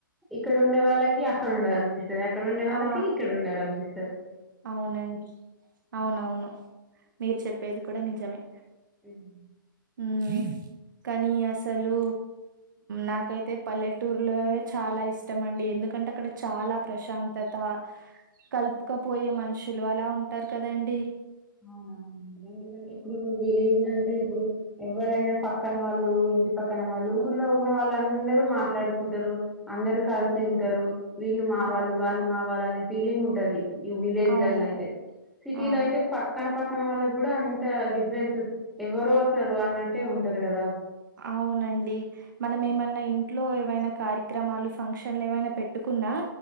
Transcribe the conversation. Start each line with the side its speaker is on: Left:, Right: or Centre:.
Centre: ఇక్కడ ఉండే వాళ్ళకి అక్కడ ఉండాలనిపిస్తది అక్కడ ఉండే వాళ్ళకి
Right: ఆ
Centre: ఇక్కడ ఉండాలనిపిస్తుంది
Right: అవునండి అవునవును మీరు చెప్పేది కూడా నిజమే
Centre: <inaudible>
Right: హ్మ్ కానీ అసలు నాకైతే పల్లెటూరులో చాలా ఇష్టం అండి ఎందుకు ఎందుకంటే అక్కడ చాలా ప్రశాంతత కలుప పోయే మనుషులు అలా ఉంటారు కాదండి
Centre: అవునవును ఎందుకంటే ఇప్పుడు విలేజ్ అంటే ఇప్పుడు ఎవరైనా పక్కన వాళ్ళు ఇంటి పక్కన వాళ్ళు ఊర్లో ఉన్న వాళ్ళు అందరు మాట్లాడుకుంటారు అందరు అంతా కలిసి ఉంటారు వీళ్ళు మావాళ్ళు
Right: ఆ,
Centre: వాళ్ళు మావాళ్లు అనే ఫీలింగ్ ఉంటది ఇగ విలేజ్
Right: అవును
Centre: లల్లయితే సిటీలా
Right: ఆ
Centre: అయితే పక్కన పక్కన వాళ్ళకి కూడా అంత డిఫరెన్స్ ఎవరో అసలు అన్నట్టే ఉంటది కదా
Right: అవునండి మనం ఏమన్నా ఇంట్లో ఏమైనా కార్యక్రమాలు ఫంక్షన్లు ఏమైనా పెట్టుకున్నా